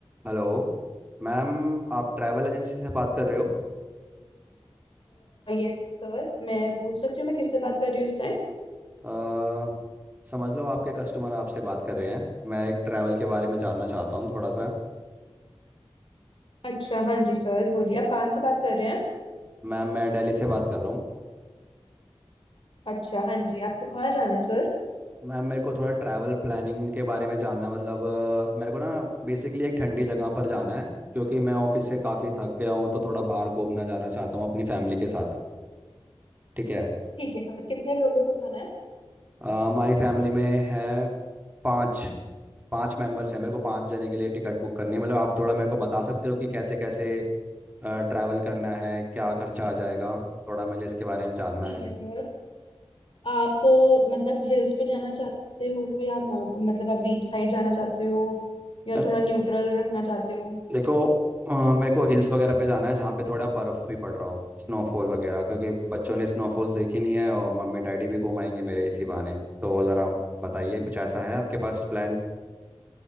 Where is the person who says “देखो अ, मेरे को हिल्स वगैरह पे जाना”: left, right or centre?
Right